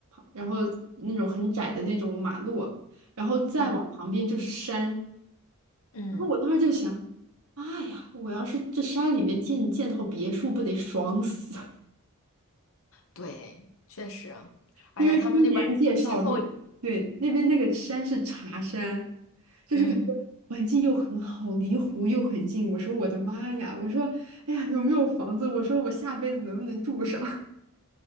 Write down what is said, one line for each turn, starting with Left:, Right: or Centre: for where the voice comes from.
Right: 然后那种很窄的那种马路，然后再往旁边就是山，
Left: 嗯嗯，
Right: 然后我当时就想，妈呀，我要是这山里面建建套别墅，不得爽死？
Left: 对，确实，而且他们那边儿气候，
Right: 因为听别人介绍，那对那边那个山是茶山，就是感觉环境又很好，
Left: 嗯。
Right: 离湖又很近。我说我的妈呀！我说哎呀，有没有房子？我说我下辈子能不能住上？<laughs>